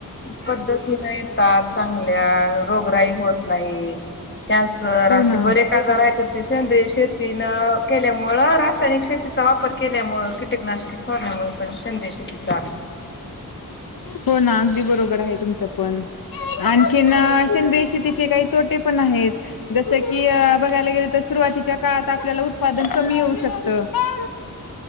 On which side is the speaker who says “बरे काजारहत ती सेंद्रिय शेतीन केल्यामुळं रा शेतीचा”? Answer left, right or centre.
Left